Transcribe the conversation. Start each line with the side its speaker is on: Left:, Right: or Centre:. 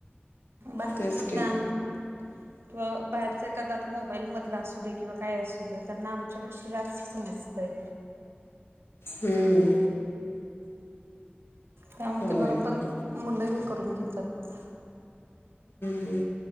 Right: बाहेरच
Left: तेच की
Right: ज्ञान किंवा बाहेरच एखादा आता मोबाईल मधलं असू दे किंवा काय असू दे त्यांना आमच्या पेक्षा जास्त समजतंय.
Left: हम्म.
Right: त्यामुळे
Left: होय
Right: ते, बरोबर
Left: हम्म
Right: मुलंही करून घेतात.
Left: हम्म